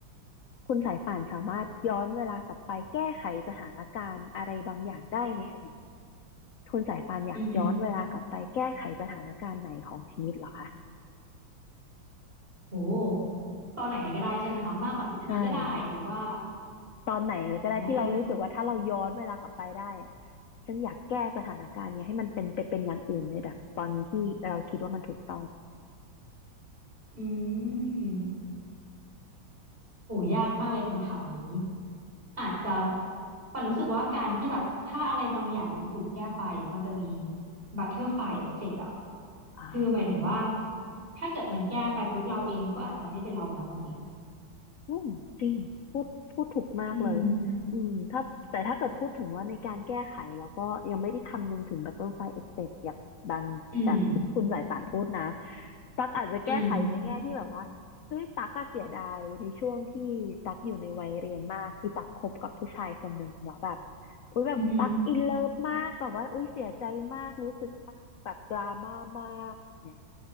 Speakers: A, on the left; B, on the right.
A: คุณสายป่านสามารถย้อนเวลากลับไปแก้ไขสถานการณ์อะไรบางอย่างได้ในอดีตคุณสายป่านอยากย้อนเวลากลับไปแก้ไขสถานการณ์ไหนของชีวิตเหรอคะ
B: อือหือโอ้ตอนไหนเลยก็ได้ใช่ไหมคะมากกว่าสิบปีก็ได้หรือว่า
A: ใช่ค่ะตอนไหนเลยก็ได้ที่เรารู้สึกว่าถ้าเราย้อนเวลากลับไปได้อะ
B: อ่า
A: ฉันอยากแก้สถานการณ์เนี้ยให้มันเป็นไปเป็นอย่างอื่นในแบบตอนนี้ที่เราคิดว่ามันถูกต้อง
B: อืม โหยากมากเลยคำถามนี้อาจจะปันรู้สึกว่าการที่แบบถ้าอะไรบางอย่างมันถูกแก้ไปมันจะมีบัตเตอร์ฟลายเอฟเฟกต์อ่ะ
A: อ่า
B: คือหมายถึงว่าถ้าเกิดมันแก้ไปปุ๊บเราเองก็อาจจะไม่เป็นเรานะวันนี้
A: อืมจริงพูดพูดถูกมากเลย
B: อืม
A: อืมถ้าแต่ถ้าเกิดพูดถึงว่าในการแก้ไขแล้วก็ยังไม่ได้คำนึงถึง Butterfly Effect อย่างบางแบบที่คุณสายป่านพูดนะ
B: อืม
A: ตักอาจจะแก้ไขในแง่ที่แบบว่าเฮ้ยตักก็เสียดายในช่วงที่ตักอยู่ในวัยเรียนมากที่ตักคบกับผู้ชายคนหนึ่งแล้วแบบ
B: อืม
A: อุ้ยแบบตักอินเลิฟมากแบบว่าอุ้ยเสียใจมากรู้สึกมากแบบดราม่ามากเนี่ย
B: อืมอหือ